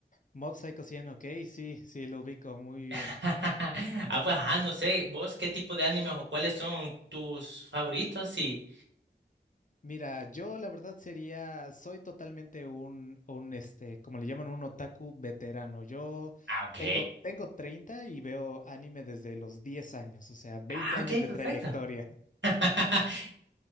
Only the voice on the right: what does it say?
<laughs> Ah, pues, ajá, no sé, vos qué tipo de animes o cuáles son tus favoritos y...
Ah, ok.
Ah,
ok,
perfecto.
<laughs>